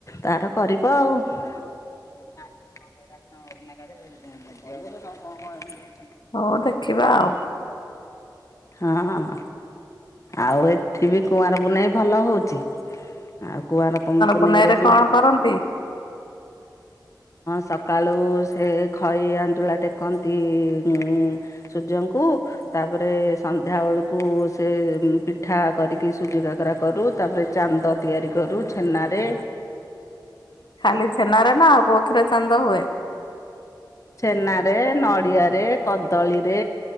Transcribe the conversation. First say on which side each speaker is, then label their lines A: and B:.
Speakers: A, on the left; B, on the left.
A: ତାର କରିବ ଆଉ। <inaudible>
B: ହଉ ଦେଖିବା ଆଉ।
A: ହଁ, ହଁ। ଆଉ, ଏଠି ବି କୁଆଁରପୂନେଇଁ ଭଲ ହଉଚି। ଆଉ କୁଆଁର ପୁଁ ପୁନେଇଁରେ
B: ପୁନେଇରେ
A: ବି
B: କଣ
A: ଅଁ
B: କରନ୍ତି?
A: ସ କାଳୁ ସେ ଖଈ ଆଞ୍ଜୁଳା ଟେକନ୍ତି ଉଁ ସୂର୍ଯ୍ୟଙ୍କୁ ତାପରେ ସନ୍ଧ୍ୟା ଓଳୁକୁ ସେ ପିଠା କରିକି ସୁଜି କକରା କରୁ ତାପରେ ଚାନ୍ଦ ତିଆରି କରୁ ଛେ ନାରେ।
B: ଖାଲି ଛେନାରେ ନାଁ ଆଉ କୋଉଥିରେ ଚାନ୍ଦ ହୁଏ?
A: ଛେନାରେ ନଡ଼ିଆରେ କଦଳୀରେ